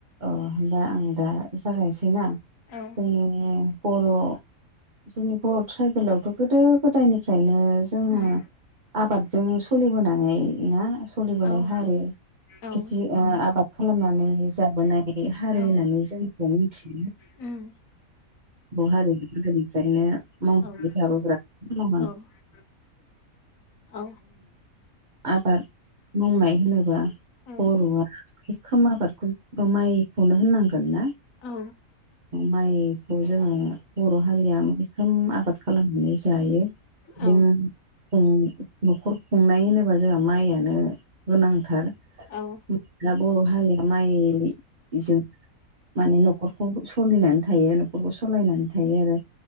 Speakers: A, on the right; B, on the left.
A: अ होनबा आं दा जागायनोसै ना
B: औ
A: जोंनि बर' जोंनि बर' ट्राइबेलावथ' गोदो गोदायनिफ्रायनो जोङो
B: उम
A: आबादजों सोलिबोनानै ना सोलिबोनाय
B: औ
A: हारि
B: औ
A: खेथि आबाद खालामनानै जाबोनाय हारि
B: औ
A: होननानै जोंखौ मिथियो
B: उम
A: बर' हारिया गोदोनिफ्रायनो <unintelligible>
B: औ
A: जोङो
B: औ औ
A: आबाद मावनाय होनोबा
B: औ
A: बर'आ ओंखाम आबादखौ माइ माइखोनो होननांगोन ना
B: औ
A: माइखौ जोङो बर' हारिया माइखौ ओखोम आबाद खालामनानै जायो
B: औ
A: बिजोंनो जों न'खर खुंनाय होनोबा जोंहा माइयानो गोनांथार
B: औ
A: दा बर' हारिया माइजों माने न'खरखौ सोलिनानै थायो न'खरखौ सालायनानै थायो आरो